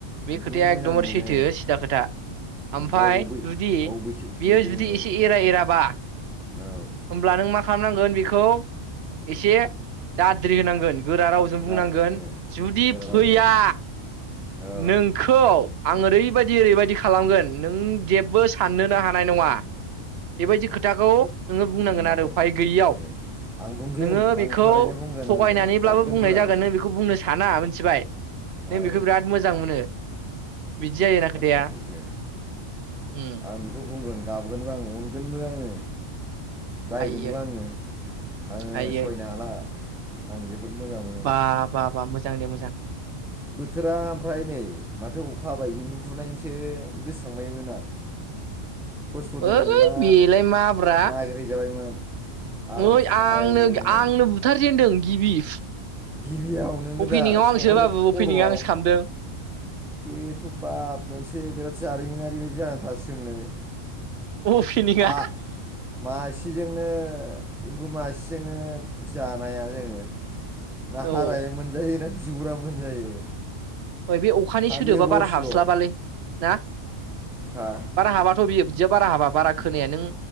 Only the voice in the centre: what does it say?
खिन्थु
मोजां
मोनो
गावबो बै
गाव बैसोखौसो
नेदों
औ
औ
दा ए
गोरा
रावजों औ
बुंनांगौ
दे आं बुंगोन
आं थारैनो बुंगोन
आङो
गाबगोनबो
आं
औ
बाथ्रा
सैथो
आं बेखौ बुंगोन गाबगोनबो आं अनगोनबो आङो रायगोनबो
आङो आङो
सयनो हाला आं जोबोद मोजां मोनो।
बोथोरा ओमफ्राय नै माथो अखा हाबाय एम्बु बुनायनिसो गोसखांबायमोन आं थसफोर
दंनायमोनबा
नागिरहैजाबायमो। आराम
स्रायनो
गिबियाव नोङो
दा सिखावमाजों
खर'आव
बेथ' बाब मोनसे बिराद जारिमिनारि बायदि जानानै थारसिगोनलोय।
आ मासेजोंनो एम्बु मासेजोंनो जानाया जोङो ना
हारायानो
मोनजायो ना बिगुरानो‌ मोनजायो।
खालि
रसल'
हा